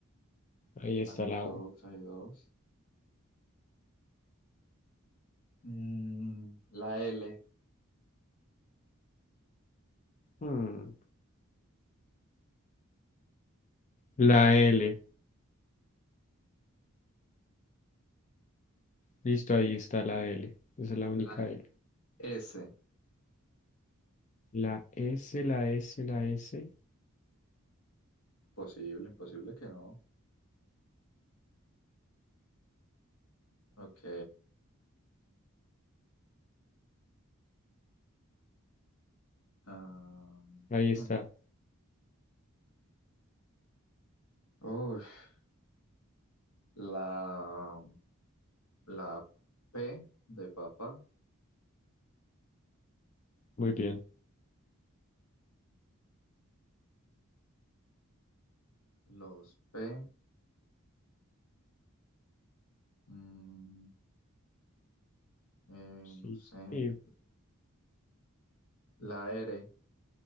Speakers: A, on the left; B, on the left.
A: Ahí
B: Hay
A: está la
B: dos,
A: O.
B: hay dos. Mm, la L.
A: Mm, La L. Listo, ahí está la L. Esa es la única
B: La
A: L.
B: S.
A: La S, la S, la S.
B: Posible, imposible que no. Ok. ah,
A: Ahí está.
B: mm. Uf. la, la P de papa.
A: Muy bien.
B: Los P. mm, eh, no
A: Sí.
B: sé. l-
A: Y
B: La R.